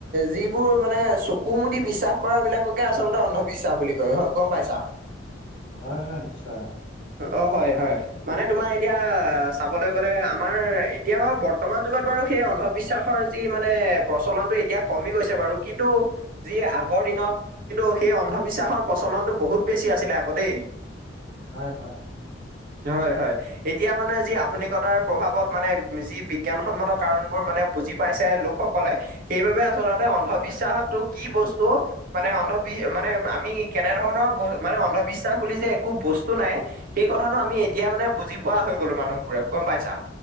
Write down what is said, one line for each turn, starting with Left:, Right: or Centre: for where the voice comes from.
Right: যিবোৰ মানে চকু মুদি বিশ্বাস কৰা বিলাককে আচলতে অন্ধবিশ্বাস বুলি কয়। হয়, গম পাইছা।
Left: হয় হয় নিশ্চয় অঁ'।
Right: অঁ' হয় হয়। মানে তোমাৰ এতিয়া চাবলৈ গ'লে আমাৰ এতিয়া বাৰু বৰ্তমান যুগত বাৰু সেই অন্ধবিশ্বাসৰ যি মানে প্ৰচলনটো এতিয়া কমি গৈছে বাৰু কিন্তু যি আগৰ দিনত কিন্তু সেই অন্ধবিশ্বাসৰ প্ৰচলনটো বহুত বেছি আছিলে আক দেই।
Left: হয় হয়।
Right: হয় হয়। এতিয়া মানে যি আধুনিকতাৰ প্ৰভাৱত মানে যি বিজ্ঞানসন্মত কাৰণবোৰ মানে বুজি পাইছে লোকসকলে সেইবাবে আচলতে অন্ধবিশ্বাসতো কি বস্তু টো মানে অন্ধবি মানে আমি কেনে ধৰণৰ মানে অন্ধবিশ্বাস বুলি যে একো বস্তু নাই সেই কথাটো আমি এতিয়া মানে বুজি পোৱা হৈ গলো মানুহবোৰে গম পাইছা?